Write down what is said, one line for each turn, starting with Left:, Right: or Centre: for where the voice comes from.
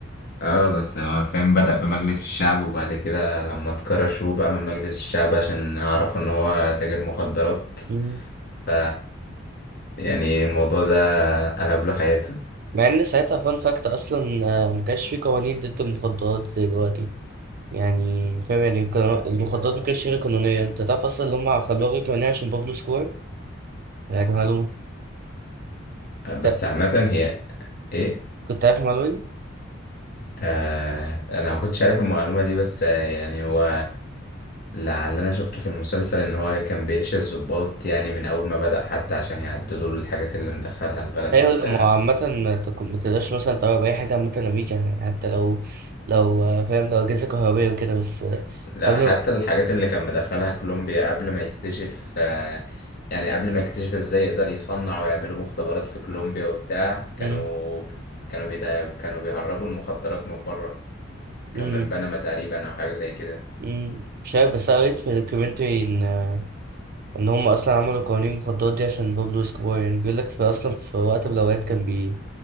Left: اه بس هو فاهم بدأ بمجلس الشعب وبعد كده لما اتكرشوا بقى من مجلس الشعب عشان عرفوا إن هو تاجر مخدرات
Right: مم.
Left: ف يعني الموضوع ده قلب له حياته
Right: مع إن ساعتها فان فاكت أصلا آه، ما كانش فيه قوانين ضد المخدرات زي دلوقتي يعني فاهم يعني كان المخدرات ما كانتش غير قانونية أنت تعرف أصلا إن هما خلوها غير قانونية عشان بابلو سكور يعني معلومة
Left: بس
Right: ت-
Left: عامة هي ايه
Right: كنت عارف المعلومة دي؟
Left: آه انا ما كنتش عارف المعلومة دي بس آه يعني هو لعل انا شفته في المسلسل ان هو كان بيرشي الضباط يعني من اول ما بدأ حتى عشان يعدلوا له الحاجات اللي مدخلها البلد
Right: ايوه
Left: وبتاع
Right: ما هو عامة ما تك- ما تقدرش مثلا تغير أي حاجة عامة أمريكا يعني حتى لو لو آه، فاهم لو أجهزة كهربائية وكده بس آه،
Left: لا
Right: قبل
Left: حتى الحاجات اللي كان مدخلها كولومبيا قبل ما يكتشف آه يعني قبل ما يكتشف ازاي يقدر يصنع ويعملوا مختبرات في كولومبيا وبتاع كانوا
Right: مم،
Left: كانوا بيدا كانوا بيهربوا المخدرات من بره
Right: مم،
Left: كان من بنما تقريبا أو حاجة زي كده
Right: مم، مش عارف بس أنا قريت في دوكيومنتري إن آه، إن هم أصلا عملوا قوانين المخدرات دي عشان بابلو اسكوبار يعني بيقول لك في أصلا في وقت من الأوقات كان بي